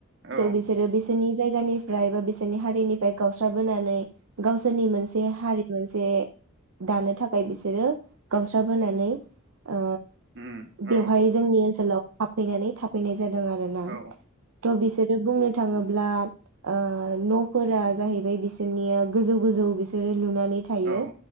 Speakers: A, on the right; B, on the right.
A: औ
B: द' बिसोरो बेस जोंनि जायगानिफ्राय बा बिसोरनि हारिनिफ्राय गावस्राबोनानै गावसोरनि मोनसे हारि, मोनसे दानो थाखाय बिसोरो गावस्राबबोनानै, ओ
A: उम औ
B: बेवहाय जोंनि ओनसोलाव, हाबफैनानै थाफैनाय जादों आरोना?
A: औ
B: थ' बिस बिसोरो बुंनो थाङोब्ला ओ न'फोरा जाहैबाय बिसोरनिया गोजौ गोजौ बिसोरो, लुनानै थायो।
A: औ